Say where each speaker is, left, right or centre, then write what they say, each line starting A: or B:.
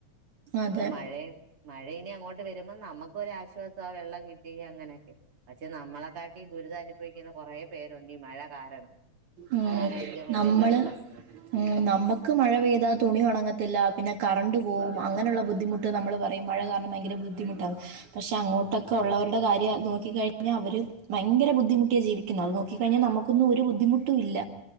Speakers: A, on the right; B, on the right.
A: ഇപ്പം
B: അതെ
A: മഴയെ മഴ ഇനി അങ്ങോട്ട് വ രുമ്പം നമുക്കൊരാശ്വാസാ വെള്ളം കിട്ടി അങ്ങനെയൊക്കെ. പക്ഷെ നമ്മളെക്കാട്ടി ദുരിതം അനുഭവിക്കുന്ന കുറേ പേര് ണ്ടീ മഴ കാരണം.
B: ഉം,
A: അതാണ് ഏറ്റവും വലിയ
B: നമ്മള്
A: കുഴ
B: ഉം. നമ്മക്ക് മഴ പെയ്താ തുണി ഉണങ്ങത്തില്ലാ പിന്നെ കറണ്ട് പോകും അങ്ങനെയുള്ള ബുദ്ധിമുട്ട് നമ്മൾ പറയും മഴ കാരണം ഭയങ്കര ബുദ്ധിമുട്ടാണ്. പക്ഷേ അങ്ങോട്ടൊക്കെ ഉള്ളവരുടെ കാര്യം നോക്കിക്കഴിഞ്ഞാൽ അവര് ഭയങ്കര ബുദ്ധിമുട്ടിയ ജീവിക്കുന്നേ. അത് നോക്കി കഴിഞ്ഞാൽ നമുക്കൊ ന്നും ഒരു ബുദ്ധിമുട്ടും ഇല്ല.